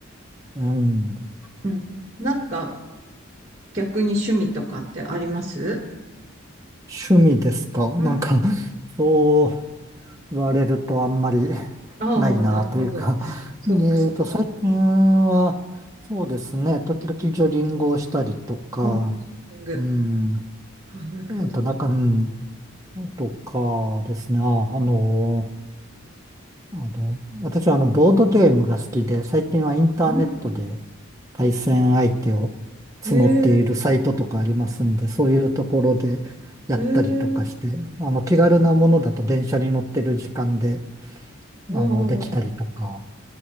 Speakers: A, on the right; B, on the right.
A: うん。うん
B: うん。なんか、逆に趣味とかってあります
A: 趣味ですかなんか、
B: うん。
A: そう。言われるとあんまり <laughs>
B: ああ、
A: ないなというか
B: なるほど。
A: <laughs>
B: そっかそっか。
A: えっと、最近は、そうですね、時々ジョギングをしたりとか、
B: あ、ジョギング。
A: うん、
B: あ、なるほど。
A: えっと、なんか、うん、とかですね、あ、あの、あの、私はあの、ボードゲームが好きで、最近はインターネットで
B: うん。
A: 対戦相手を募っているサイトとかありますんで、
B: ええ、
A: そういうところでやったりとかして、
B: ええ、
A: あの、気軽なものだと電車に乗ってる時間で、
B: ああ、
A: あの、できたりとか、